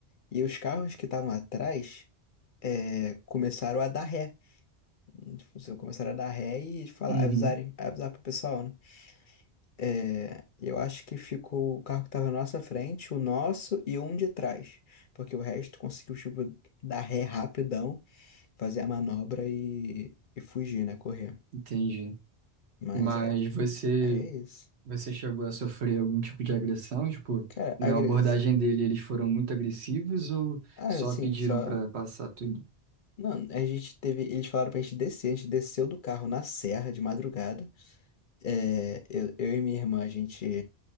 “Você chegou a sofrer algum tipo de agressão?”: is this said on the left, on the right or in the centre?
Right